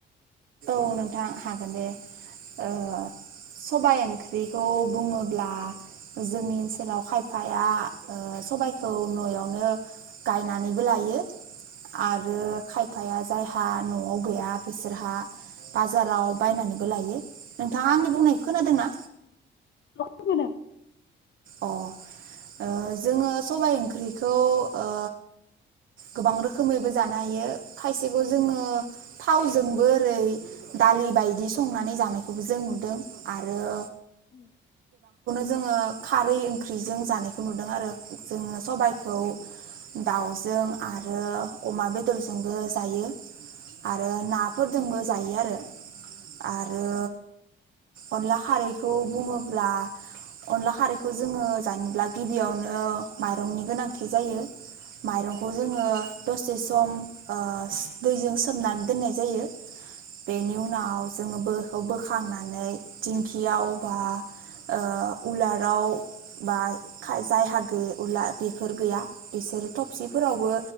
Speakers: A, on the right (about 75°); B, on the left (about 60°).
A: औ नोंथां हागोन दे औ। सबाय ओंख्रि बेखौ बुंङोब्ला जोंनि ओनसोलाव खायफाया सबायखौ न'आवनो गायनानैबो लायो। आरो खायफाया जाय हा न'आव गैया बिसोरहा बाजाराव बायनानैबो लायो नोंथांङा आंनि बुंनायखौ खोनादोंना?
B: औ खोनादों।
A: अह ओ जोङो सबाय ओंख्रिखौ ओ गोबां रोखोमैबो जानो हायो खायसेखौ जोंङो
B: औ।
A: जोंबो ओरै दालि बायदि संनानै जानायखौबो जों नुदों आरो
B: औ।
A: जोंङो खारै ओंख्रिजों जानायखौ नुदों आरो जोंङो सबायखौ दाउजों आरो अमा बेदरजोंबो जायो। आरो नाफोरदोंबो जायो आरो आरो
B: उम।
A: अनला खारैखौ बुङोब्ला अनला खारै खौ जोङो जानोब्ला गिबियावनो माइरंनि गोनांथि जायो। माइरं
B: औ।
A: दसे सम ओ दैजों सोमनानै दोननाय जायो। बेनि उनाव जोङो बो खौ बोखांनानै दिंखियाव बा ओ उलार आव बा खा जायहा गो उला बेफोर गैया बिसोर थबसिफोरावबो